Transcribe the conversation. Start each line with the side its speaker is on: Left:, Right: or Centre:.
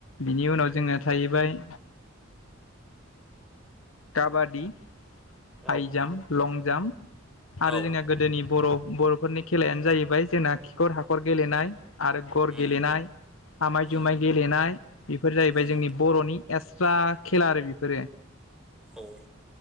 Left: बिनि उनाव जोङो थाहैबाय काबादि,
Centre: औ
Left: हाइ जामप, लं जाम आरो
Centre: औ
Left: जोंनिना गोदोनि बर' बर'फोरनि खेलायानो जाहैबाय जोंना खिखर हाखर गेलेनाय। आरो ग'र
Centre: उम
Left: गेलेनाय आमाय
Centre: उम
Left: जुमाय गेलेनाय बेफोर जाहैबाय
Centre: उम
Left: जोंनि बर'नि <unintelligible> खेला आरो बेफोरो
Centre: औ